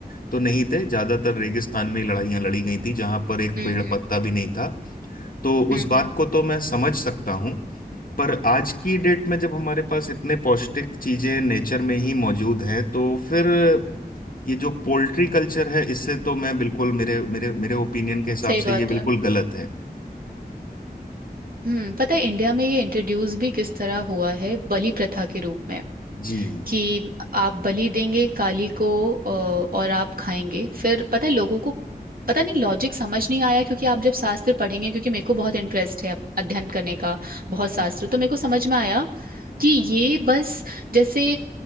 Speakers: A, on the left; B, on the right.
A: तो नहीं थे ज्यादातर रेगिस्तान में लड़ाइयाँ लड़ी गई थी जहां पर एक
B: हम्म
A: पेड़
B: हम्म
A: पत्ता भी नहीं था तो
B: हम्म,
A: उस बात
B: हम्म,
A: को तो मैं समझ सकता हूँ पर आज की डेट में जब हमारे पास इतने पौष्टिक चीजें नेचर में ही मौजूद हैं तो फिर ये जो पोल्ट्री कल्चर है इससे तो मैं बिल्कुल मेरे मेरे मेरे ओपिनियन के हिसाब
B: सही
A: से
B: बात
A: ये बिल्कुल
B: है
A: गलत है
B: हम्म पता है इंडिया में ये इंट्रोड्यूस भी किस तरह हुआ है बलि प्रथा के रूप में
A: जी
B: कि आप बलि देंगे काली को अ, और आप खाएंगे फिर पता है लोगों को पता नहीं लॉजिक समझ नहीं आया क्योंकि आप जब शास्त्र पढ़ेंगे क्योंकि मेरे को बहुत इंटरेस्ट है अध्ययन करने का बहुत शास्त्र
A: हम्म
B: तो मेरे को समझ में आया कि ये बस जैसे